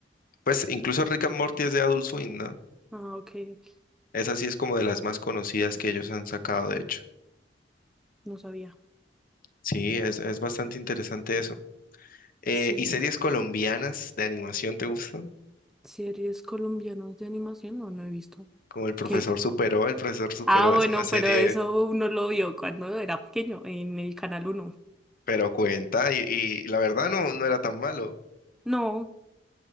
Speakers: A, on the left (about 50°); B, in the centre.
A: Pues incluso Rick and Morty es de Adult Swim, ¿no?
B: Ah, ok, ok,
A: Esa sí es como de las más conocidas que ellos han sacado, de hecho.
B: no sabía.
A: Sí, es, es bastante interesante eso. Eh,
B: Sí,
A: ¿y series colombianas de animación te gustan?
B: series colombianas de animación, no, no he visto.
A: Como El Profesor
B: ¿Qué?
A: Superó, El Profesor Superó
B: Ah, bueno,
A: es una serie,
B: pero eso uno lo vio cuando era pequeño, en el Canal uno.
A: pero cuenta, y, y la verdad no, no era tan malo.
B: No,